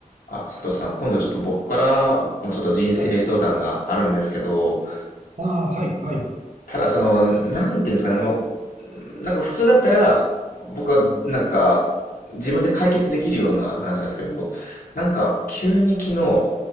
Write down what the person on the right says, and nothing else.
はい。ああ、はい、はい、